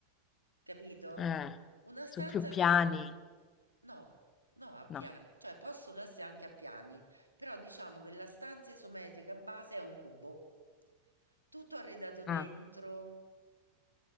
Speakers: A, on the right; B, on the left.
A: capito?
B: eh,
A: Una stanza
B: su più piani.
A: con... No, no, a piani,
B: No.
A: cioè possono essere anche a piani, però diciamo che la stanza isometrica base è un cubo, tutto arredato dentro,
B: Ah,